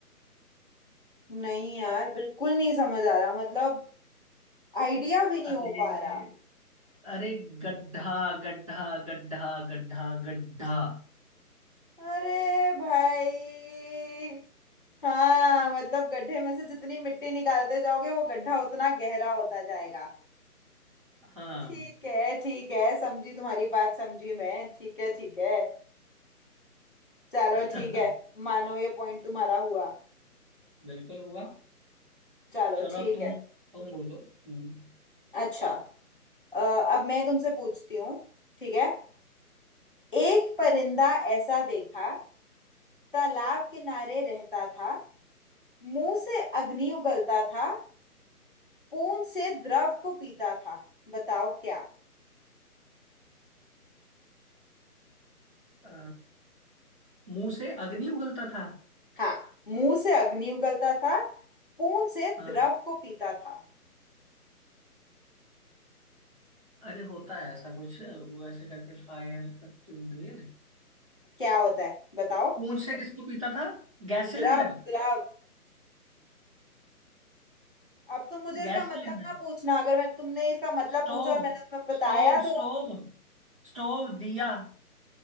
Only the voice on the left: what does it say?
नहीं यार बिल्कुल नहीं समझ आ रहा मतलब आइडिया भी नहीं
हो पा रहा
अरे भाई हाँ मतलब गड्ढे में से जितनी मिट्टी निकालते जाओगे वो गड्ढा उतना गहरा होता जाएगा
ठीक है ठीक है समझी तुम्हारी बात समझी मैं ठीक है ठीक है चलो
ठीक है मानो ये पॉइंट तुम्हारा हुआ
चलो
ठीक
है
अच्छा अ, अब मैं तुमसे पूछती हूँ ठीक है एक परिंदा ऐसा देखा तालाब किनारे रहता था मुंह से अग्नि उगलता था पूंछ से द्रव को पीता था बताओ क्या
हाँ मुंह से अग्नि उगलता था पूंछ से
द्रव को पीता था
क्या होता है बताओ
द्रव द्रव अब तो मुझे
इसका मतलब
ना पूछना अगर मैं तुमने इसका मतलब
पूछा और मैंने तुम्हें बताया
तो